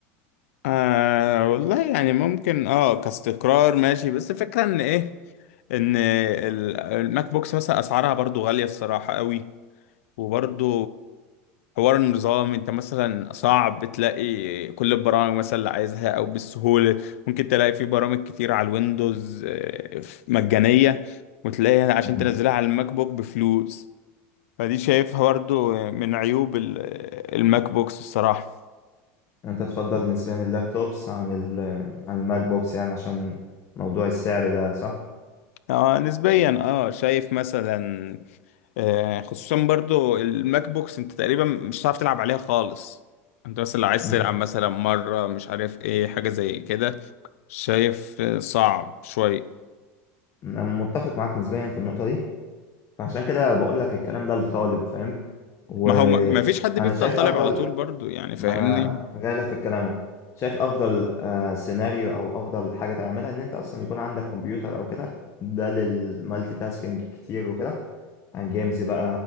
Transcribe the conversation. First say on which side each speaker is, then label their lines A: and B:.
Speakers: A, on the left; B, on the left.
A: آه والله يعني ممكن اه كاستقرار ماشي بس الفكرة ان ايه ان ال- الماك بوكس مثلا اسعارها برضو غالية الصراحة قوي وبرضو حوار النظام انت مثلا صعب تلاقي كل البرامج مثلا اللي عايزها او بالسهولة ممكن تلاقي في برامج كتير على الويندوز آه، مجانية وتلاقيها عشان
B: مم.
A: تنزلها على الماك بوك بفلوس فدي شايفها برضو من عيوب ال- الماك بوكس الصراحة
B: أنت تفضل نسبيا اللابتوبس عن ال عن الماك بوكس يعني عشان موضوع السعر ده صح؟
A: اه نسبيا اه شايف مثلا آه خصوصا برضو الماك بوكس انت تقريبا مش هتعرف تلعب عليها خالص انت مثلا لو عايز
B: مم.
A: تلعب مثلا مرة مش عارف ايه حاجة زي كده شايف آه، صعب شوية
B: أنا متفق معاك نسبيا في النقطة دي فعشان كده بقول لك الكلام ده للطالب فاهم؟ وأنا
A: ما هو ما ما فيش حد بيفضل
B: شايف
A: طالب
B: أفضل
A: على طول برضو يعني فاهمني
B: ما انا جايلك في الكلام اهو شايف افضل آه، سيناريو او افضل حاجه تعملها ان انت اصلا يكون عندك كمبيوتر او كده ده للمالتي تاسكينج كتير وكده عن جيمز بقى